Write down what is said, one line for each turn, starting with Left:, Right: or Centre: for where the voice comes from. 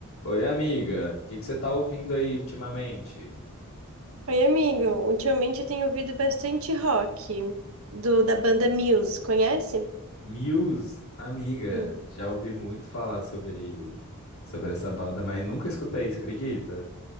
Left: Oi, amiga. O que que você tá ouvindo aí ultimamente?
Right: Oi, amigo. Ultimamente eu tenho ouvido bastante rock do da banda Muse, conhece?
Left: Muse, amiga.
Right: Sim.
Left: Já ouvi muito falar sobre sobre essa banda, mas nunca escutei isso, acredita?